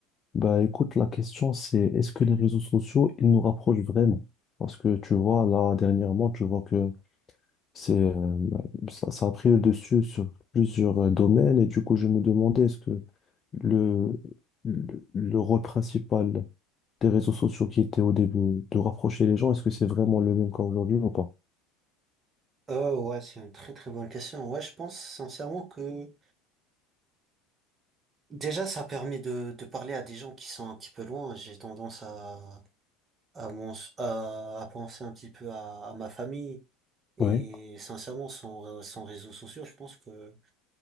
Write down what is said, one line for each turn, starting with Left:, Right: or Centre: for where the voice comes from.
Left: Ben écoute, la question c'est est-ce que les réseaux sociaux ils nous rapprochent vraiment? Parce que tu vois là dernièrement tu vois que c'est euh, ça, ça a pris le dessus sur plusieurs euh, domaines et du coup je me demandais est-ce que le, le, le rôle principal des réseaux sociaux qui étaient au début, de rapprocher les gens, est-ce que c'est vraiment le même qu'aujourd'hui ou pas?
Right: Oh ouais, c'est une très très bonne question. Ouais, je pense sincèrement que déjà ça permet de, de parler à des gens qui sont un petit peu loin. J'ai tendance à, à, mon, à, à penser un petit peu à, à ma famille. Et
Left: Oui,
Right: sincèrement, sans, sans réseaux sociaux, je pense que